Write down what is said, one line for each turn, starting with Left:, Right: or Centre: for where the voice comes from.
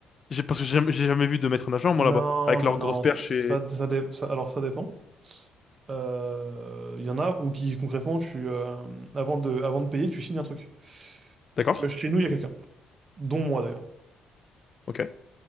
Left: J'ai- Parce que j'ai jamais j'ai jamais vu de maître nageur,
Right: Non,
Left: moi, là-bas. Avec
Right: non,
Left: leurs
Right: non,
Left: grosses perches
Right: ça, ça,
Left: et...
Right: ça dé- ça- alors ça dépend. Euh, Il y en a où qui, concrètement, tu, euh, avant de, avant de payer, tu signes un truc.
Left: D'accord?
Right: Euh, chez nous, il y a quelqu'un, dont moi d'ailleurs.
Left: Ok.